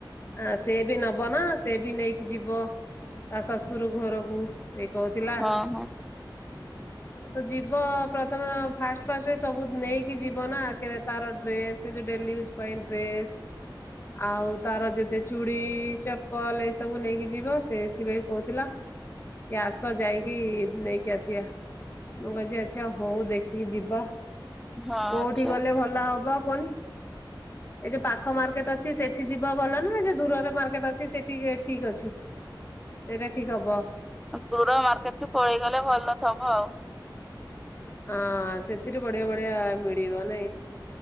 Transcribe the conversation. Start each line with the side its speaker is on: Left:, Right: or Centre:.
Left: ଆ ସେବି ନବନା ସେବି ନେଇକି ଯିବ। ତା ଶଶୁରୁ ଘରକୁ ସିଏ କହୁଥିଲା
Centre: ଅ ହଁ।
Left: ତ ଯିବ ପ୍ରଥମେ ଫାଷ୍ଟ ଫାଷ୍ଟରେ ସବୁ ନେଇକି ଯିବ ନା କେ ତାର ଡ୍ରେସ୍ ସେ ଯଉ ଡେଲି ୟୁଜ୍ ପାଇଁ ଡ୍ରେସ୍ ଆଉ ତାର ଯେତେ ଚୁଡ଼ି ଚପଲ ଏଇ ସବୁ ନେଇକି ଯିବ ସେ ଏଥିପାଇଁ କହୁଥିଲା କି ଆସ ଯାଇକି ନେଇକି ଆସିବା। ମୁଁ କଛି ଆ୍ଛା ହଉ ଦେଖିକି ଯିବା।
Centre: ହଁ ଆଚ୍ଛା
Left: କୋଉଠି ଗଲେ ଭଲ ହବ କୁହନି ଏ ଯୋଉ ପା ଖ ମାର୍କେଟ୍ ଅଛି ସେଠି ଯିବ ଭଲ ନାଁ ଜଉ ଦୂରରେ ମାର୍କେଟ୍ ଅଛି ସେଠି ଠିକ୍ ଅଛି? ସେଇଟା ଠିକ୍ ହବ।
Centre: ଦୂର ମାର୍କେଟ୍ କୁ ପଳେଇ ଗଲେ ଭଲ ଥବ ଆଉ।
Left: ହଁ ସେଥିରୁ ବଢ଼ିଆ ବଢ଼ିଆ ମିଳିବ ନାଇଁ